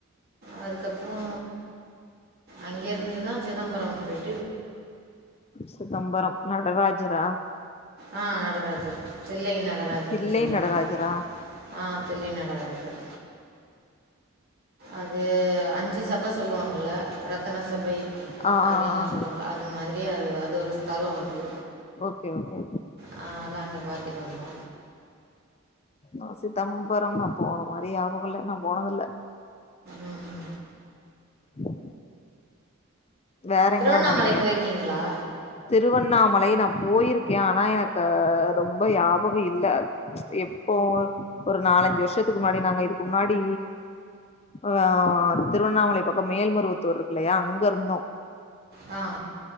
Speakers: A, on the right; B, on the left.
A: அதுக்கப்றோ அங்கேருந்துதா சிதம்பரம் போய்
B: சிதம்பரம் நடராஜரா
A: ஆ நடராஜர் தில்லை நடராஜர்ன்னு
B: தில்லை
A: சொல்லுவாங்க
B: நடராஜரா
A: ஆ தில்லை நடராஜர் அது அஞ்சு சபஸ் சொல்லுவாங்கல்ல ரத்தனஸ் சபை
B: ஆ
A: அப்டின்லா
B: ஆ ஆ
A: சொல்லுவாங்க அது மாதிரியே அது அது ஒரு ஸ்தலோ அது
B: ஓகே ஓகே
A: ஆ அத்லா அங்க பாத்துட்டு வந்து
B: ஆ சிதம்பரம் நா போன மாரா யாபகல்ல நா போனதில்ல
A: ம்.
B: உம் வேறெங்கலா
A: திருவண்ணாமலை
B: போனீங்க
A: போயிருக்கீங்களா
B: திருவண்ணாமலை நாப் போயிருக்கே ஆனா எனக்கு ரொம்ப யாபகோ இல்ல எப்போ ஒரு நா நாலஞ்சு வருஷத்துக்கு முன்னாடி நாங்க இதுக்கு முன்னாடி ஆ திருவண்ணாமலை பக்கம் மேல்மரு த்தூர் இருக்கவில்லையா அங்கருந்தோ
A: ஆ